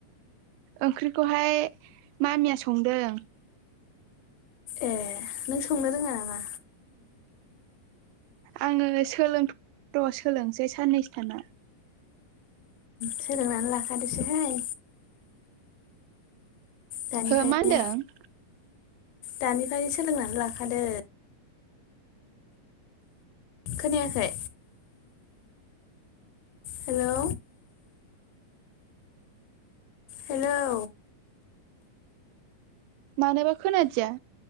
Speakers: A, on the right; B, on the left.
A: ओंख्रिखौहाय मामिया संदों
B: ए नों संनो रोंङा नामा
A: आंङो सोलोंथ र सोलोंसै साननैसोथाना
B: सोलोंनानै लाखादोसोहाय दानिफ्रायनो
A: हो माहोनदों
B: दानिफ्रायनो सोलोंनानै लाखादो खोनायाखै हेलौ हेलौ
A: मानोबा खोनादिया